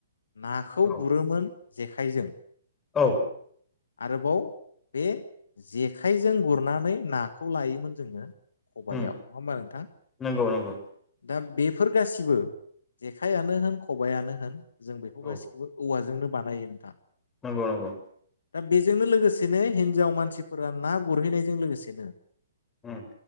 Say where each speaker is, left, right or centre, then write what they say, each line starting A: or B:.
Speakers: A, on the left; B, on the left.
A: नाखौ
B: औ
A: गुरोमोन जेखाइजों
B: औ
A: आरोबाव बे जेखाइजों गुरनानै नाखौ लायोमोन जोङो खबाइआव
B: उम
A: नङा होमबा नोंथां
B: नंगौ नंगौ
A: दा बेफोर गासिबो जेखायानो होन खबायानो होन जों बेखौ
B: औ
A: गासिखौबो औवा जोंनो बानायो नोंथाङा
B: नंगौ नंगौ
A: दा बेजोंनो लोगोसेनो हिनजाव मान मानसिफोरा ना गुरहैनायजों लोगोसेनो
B: ह